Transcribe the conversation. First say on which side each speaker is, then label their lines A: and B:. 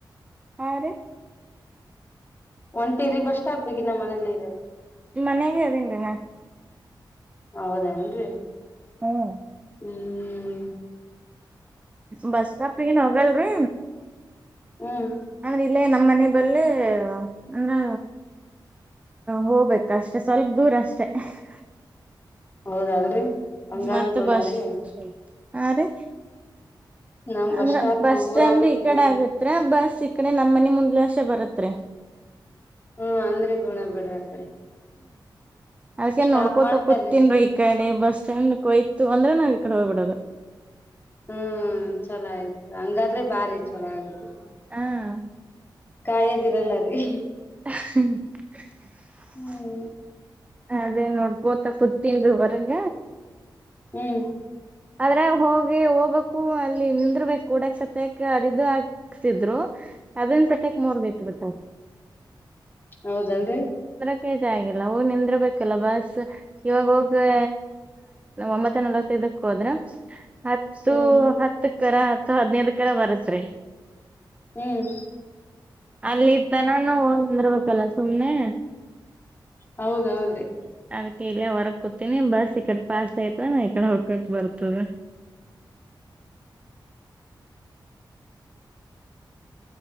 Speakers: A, on the right; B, on the left.
A: ಹಾ ರಿ
B: ಒಂಟೇರಿ ಬಸ್ ಸ್ಟಾಪಿಗೆ ನಮ್ ಮನೇಲೇ ಇದ್ದಾರೆ.
A: ಮನೆಗೆ ಅಲ್ಲಿಂದನ?
B: ಹೌದೇನ್ರಿ
A: ಹ್ಮ್
B: ಹ್ಮ್ ಹ್ಮ್
A: ಬಸ್ ಸ್ಟಾಪಿಗೇನು ಹೋಗಲ್ರಿ.
B: ಹ್ಮ್
A: ಅಂದ್ರೆ ಇಲ್ಲೇ ನಮ್ಮನೆ ಬಲ್ಲೆಯ ಅಂದ್ರೆ ಹೋಗ್ಬೇಕ ಅಷ್ಟೆ ಸ್ವಲ್ಪ ದೂರ ಅಷ್ಟೆ ಅಹ್ ಹ್
B: ಹೌದಲ್ರಿ ಹಂಗಾದ್ರ
A: ಮತ್ತು
B: ಗುಣ
A: ಬಸ್
B: ರೀ
A: ಹಾ ರಿ
B: ನಮ್
A: ಅಂದ್ರ
B: ಸ್ಟಾಪ್
A: ಬಸ್
B: ದೂರ
A: ಸ್ಟ್ಯಾಂಡ್
B: ಆಗತ್ರಿ
A: ಈ ಕಡೆ
B: ನಮ್ಗ್
A: ಆಗತ್ರೆ ಬಸ್ ಸಿಕ್ಕಣೆ ನನ್ ಮನೆ ಮುಂದ್ ಅಶ್ಲೇ ಬರತ್ರಿ.
B: ಹ್ಮ ಅಂದ್ರೆ ಗುಣ ಬಿಡ್ರಿ ಆಕಡೆ.
A: ಅದ್ಕೇನ್
B: ಸ್ಟಾಪ್
A: ನೋಡ್ಕೋತ
B: ಮಾಡ್ತಾರೀ
A: ಕೋತನ್ ಈ ಕಡೆ ಬಸ್ ಸ್ಟ್ಯಾಂಡ್ ಹೋಯ್ತು ಅಂದ್ರೆ ನಾವ್ ಈ ಕಡೆ ಹೋಗ್ಬಿಡೋಗ
B: ಹ್ಮ್ ಚಲೋ ಆಯ್ತು ಹಂಗಾದ್ರೆ ಭಾರಿ ಚಲೋ ಆಗತ್ರಿ
A: ಹ
B: ಕಾಯದಿರಲ್ಲ ರೀ
A: ಹಃ ಹಾ
B: ಹ್ಮ್
A: ಅದೇ ನೋಡ್ಕೊತ ಕೂತನ್ರೀ ಹೊರ್ಗ
B: ಹ್ಮ್
A: ಆದ್ರೆ ಹೋಗಿ ಹೋಗ್ಬೇಕು ಅಲ್ಲಿ ನಿಂದರ್ಬೇಕು ಕೂಡಕ್ ಸತ್ಯಕ್ಕೆ ಅದು ಹಾಕ್ತಿದ್ರು ಅದೊನ್ ಸತ್ಯಕ್ ಮೂರ್ದ ಇಟ್ಟು ಬಿತಾರ
B: ಹೌದಲ್ರರಿ
A: ಕಾಗೆಜ್ ಆಗಿಲ್ಲ ಹೋಗ್ ನಿಂದರಬೇಕಲ್ಲ ಬಸ್ ಇವಾಗ್ ಹೋಗ್ ಎ ಒಂಬತ್ತ ನಲ್ವತೈದ್ ಕೊದ್ರ ಹತ್ತು
B: ಹ್ಮ್
A: ಹತ್ ಕರ ಹತ್ತು ಹದ್ನೈದ ಕರ ಬರತ್ರಿ
B: ಹ್ಮ್
A: ಅಲ್ಲಿ ತನಾನು ಒಂದ್ರ ಕಲ ಸುಮ್ಮನೆ
B: ಹೌದೌದ್ರಿ
A: ಅದಕ್ಕೆ ಇಲ್ಲಯೇ ಹೊರ ಕೂತಿನಿ ಬಸ್ ಈ ಕಡೆ ಪಾಸ್ ಆಯ್ತಾ ನಾ ಈಡೆ ಹೋಗ್ ಕಟ್ ಬರ್ತದೆ